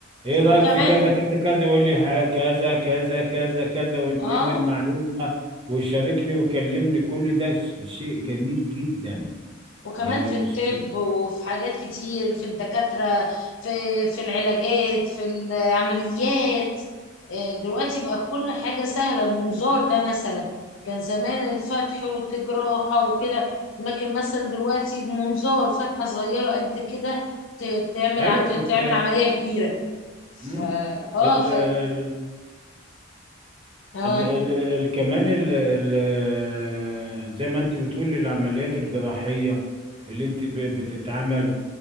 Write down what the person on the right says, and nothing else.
ايه رايك
في كذا كذا كذا يقول لي ح- كذا كذا كذا كذا وينقل
لي المعلومه ويشاركني ويكلمني كل ده ش- شيء جميل جدا
يعني
مش
ايوه
بت...
مم.
ال...
ال...
ال... ال... ال... كمان ال... ال... زي ما انت بتقول العمليات الجراحيه اللي انت ب... بتتعمل